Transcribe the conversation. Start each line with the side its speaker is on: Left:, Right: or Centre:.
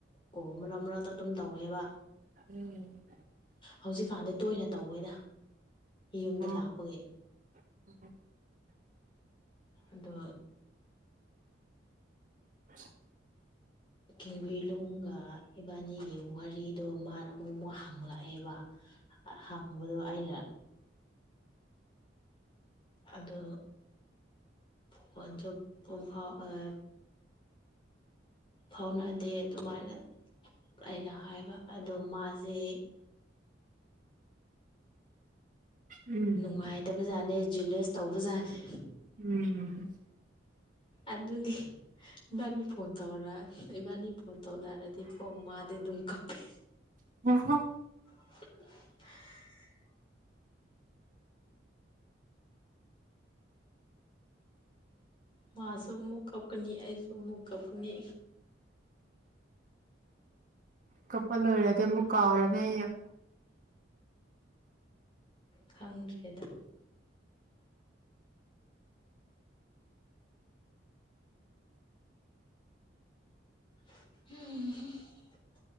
Left: ꯀꯣ ꯃꯔꯛ ꯃꯔꯛꯇ ꯑꯗꯨꯝ ꯇꯧꯋꯦꯕ
Right: <inaudible>
Left: ꯍꯧꯖꯤꯛꯀꯥꯟꯗꯤ ꯇꯣꯏꯅ ꯇꯧꯋꯦꯗ ꯌꯨꯝꯗ
Right: ꯑꯣ
Left: ꯂꯥꯛꯄꯒꯤ
Right: <inaudible>
Left: ꯑꯗꯣ
Right: ꯑꯁ
Left: ꯀꯤꯡꯕꯤꯂꯨꯡꯒ ꯏꯕꯥꯅꯤꯒꯤ ꯋꯥꯔꯤꯗꯣ ꯃꯥꯅ ꯑꯃꯨꯛ ꯑꯃꯨꯛ ꯍꯪꯂꯛꯑꯦꯕ ꯍꯪꯕꯗꯣ ꯑꯩꯅ ꯑꯗꯣ ꯄꯨꯟꯖꯧ ꯄꯨꯡꯐꯥꯎ ꯑꯦ ꯐꯥꯎꯅꯗꯦ ꯑꯗꯨꯃꯥꯏꯅ ꯑꯩꯅ ꯍꯥꯏꯕ ꯑꯗꯣ ꯃꯥꯁꯦ
Right: ꯎꯝ
Left: ꯅꯨꯡꯉꯥꯏꯇꯕꯖꯥꯠꯅꯦ ꯖꯤꯂꯦꯁ ꯇꯧꯕꯖꯥꯠꯅꯤ
Right: ꯎꯝ
Left: ꯑꯗꯨꯒꯤ ꯏꯕꯥꯅꯤ ꯐꯣꯟ ꯇꯧꯔ ꯏꯕꯥꯅꯤ ꯐꯣꯟ ꯇꯧꯅꯔꯗꯤꯀꯣ ꯃꯥꯗꯤ ꯑꯗꯨꯝ ꯀꯞꯄꯤ
Right: <inaudible>
Left: <inaudible> ꯃꯥꯁꯨ ꯑꯃꯨꯛ ꯀꯞꯀꯅꯤ ꯑꯩꯁꯨ ꯑꯃꯨꯛ ꯀꯞꯀꯅꯤ
Right: ꯀꯞꯄ ꯂꯣꯏꯔꯗꯤ ꯑꯃꯨꯛ ꯀꯥꯎꯔꯅꯤ
Left: <inaudible> ꯈꯪꯗ꯭ꯔꯦꯗ <inaudible>